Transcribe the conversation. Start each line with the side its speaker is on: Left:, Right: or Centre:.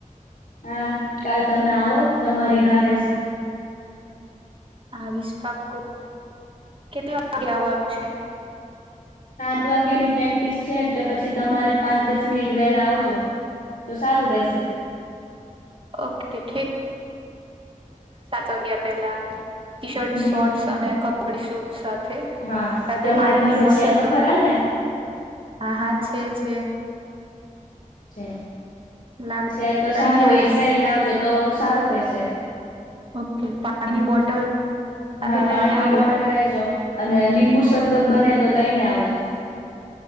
Left: હા કાલ તમે આવો તમારી રાહ રહેશે.
Right: હ આવીશ પાકું કેટલા વાગે આવવાનું છે.
Left: સાત વાગ્યાની પ્રેક્ટિસ છે એટલે પછી તમારે પાંચ દસ મિનિટ વહેલા આવજો. તો સારું રહેશે,
Right: ઓકે ઠીક. સાત વાગ્યા પહેલાં ટી શર્ટ
Left: હમ
Right: શોર્ટસ અને કપડી શૂ સા થે
Left: હા
Right: સાથે
Left: તમારી
Right: પાણીની
Left: પાસે
Right: બોટલ
Left: છે તો ખરા ને
Right: હા હા છે છે,
Left: છે
Right: લાવી
Left: છે તો
Right: લઈને
Left: સારું
Right: આવીશ
Left: એજ પહેરીને આવજો તો સારું રહેશે.
Right: ઓકે પાણી ની બોટલ, સાથે
Left: હા
Right: લઈને
Left: પાણીની
Right: આવું.
Left: બોટલ રહેજો અને લીંબુ શરબત બને તો લઈને આવજો